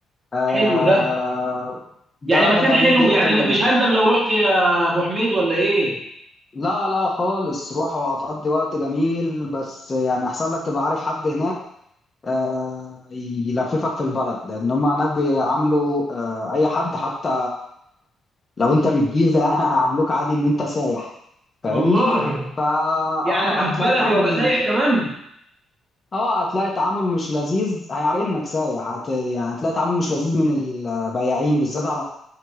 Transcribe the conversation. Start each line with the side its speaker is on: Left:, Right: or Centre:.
Left: آه،
Right: حلو ده
Left: ده
Right: يعني مكان
Left: ده جميل
Right: حلو
Left: جدا
Right: يعني
Left: و
Right: مش هندم لو رحت يا ابو حميد ولا ايه
Left: لا لا خالص روح وهتقضي وقت جميل بس يعني احسن لك تبقى عارف حد هناك آه، يلففك في البلد لان هم هناك بيعاملوا آه، اي حد حتى لو انت من الجيزه <laughs> يعني هيعاملوك عادي ان انت سايح فاهمني
Right: والله
Left: فا
Right: يعني
Left: اه
Right: ابقى
Left: هتلاقي
Right: في بلدي
Left: تعامل
Right: وابقى سايح كمان
Left: اه هتلاقي تعامل مش لذيذ هيعاملك انك سايح هت... يعني هتلاقي تعامل مش لذيذ من البياعين بالذات على